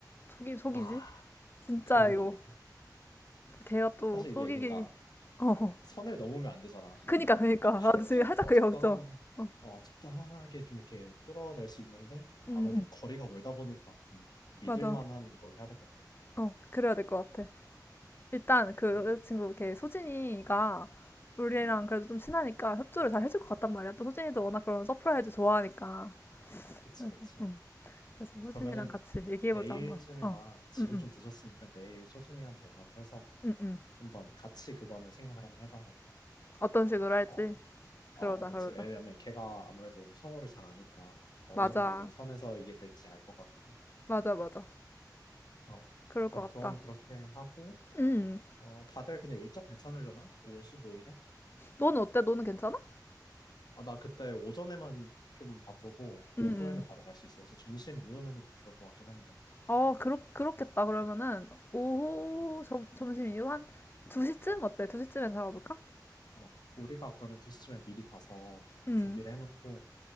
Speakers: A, on the left; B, on the left.
A: 속이, 속이지?
B: 아,
A: 진짜
B: 그러게
A: 이거
B: 말이야.
A: 걔가 또
B: 사실
A: 속이기.
B: 이게 그러니까
A: 어,
B: 선을 넘으면 안 되잖아.
A: 그니까,
B: <laughs>
A: 그니까. 나도 지금 살짝
B: 어,
A: 그게
B: 적당한,
A: 걱정. 어,
B: 어, 적당하게 좀 이렇게 끌어낼 수 있는데,
A: 응,
B: 아무래도
A: 응.
B: 뭐 거리가 멀다 보니까 좀 믿을
A: 맞아.
B: 만한 걸 해야 될 것 같거든.
A: 어, 그래야 될 것 같아. 일단 그
B: 음,
A: 여자친구 걔 소진이가 우리랑
B: 음,
A: 그래도 좀 친하니까 협조를 잘 해줄 것 같단 말이야. 또 소진이도 워낙 그런 서프라이즈 좋아하니까.
B: 그치,
A: 그래서,
B: 그치.
A: 응. 그래서 소진이랑
B: 그러면은
A: 같이 얘기해보자,
B: 내일쯤이나
A: 한번. 어,
B: 지금
A: 응, 응,
B: 좀 늦었으니까 내일 소진이한테 연락을 해서
A: 응, 응.
B: 한번 같이 그거는 생각을 한번 해봐야 될 것 같아.
A: 어떤 식으로 할지.
B: 어, 어,
A: 그러자,
B: 그치.
A: 그러자.
B: 왜냐면 걔가 아무래도 성우를 잘 아니까 어느
A: 맞아.
B: 정도 선에서 이게 될지 알 것 같거든.
A: 맞아, 맞아.
B: 어,
A: 그럴
B: 그럼
A: 것
B: 그건
A: 같다.
B: 그렇게 하고,
A: 음,
B: 어, 다들 근데 일정 괜찮으려나? 5월 15일에?
A: 너는 어때? 너는 괜찮아?
B: 아, 나 그때 오전에만 좀 바쁘고, 오후에는
A: 음, 음.
B: 바로 갈 수 있어. 그래서 점심 이후면은 좀 좋을 것 같긴 한데.
A: 어, 그렇, 그렇겠다. 그러면은, 오후,
B: 음.
A: 점, 점심 이후 한 2시쯤? 어때? 2시쯤에 잡아볼까?
B: 어, 우리가 그러면 2시쯤에 미리 가서
A: 음,
B: 준비를 해놓고,